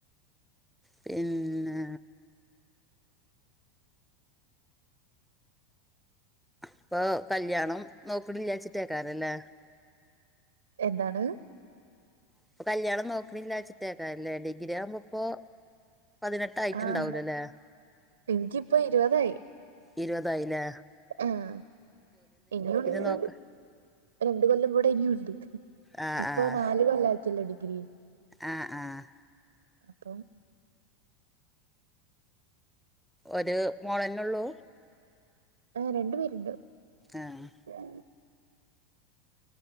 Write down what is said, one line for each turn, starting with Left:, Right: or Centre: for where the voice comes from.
Centre: പിന്നെ ഇപ്പൊ കല്യാണം നോക്കിണില്ലാച്ചിട്ടേക്കാരല്ലേ
Right: എന്താണ്
Centre: ഇപ്പ കല്യാണം നോക്ക്ണില്ലാച്ചിട്ടേക്കാരം ല്ലേ. ഡിഗ്രിയാകുമ്പോ ഇപ്പോ പതിനെട്ടായിട്ടുണ്ടാവൂല
Right: ആഹ്
Centre: ലേ.
Right: എനിക്കിപ്പ ഇരുപതായി
Centre: ഇരുപതായി ലേ.
Right: ആഹ് ഇനിയൂണ്ട്
Centre: നോക്ക
Right: രണ്ട് കൊല്ലം കൂടെ ഇനിയൂണ്ട്.
Centre: ആഹ്
Right: ഇപ്പൊ
Centre: ആഹ്
Right: നാല് കൊല്ലാക്ക്യല്ലോ ഡിഗ്രി
Centre: ആഹ് ആഹ്
Right: അപ്പം
Centre: ഒര് മോളന്നൊള്ളൂ?
Right: ആഹ് രണ്ട് പേര്ണ്ട്.
Centre: ആഹ്
Right: ആ <unintelligible>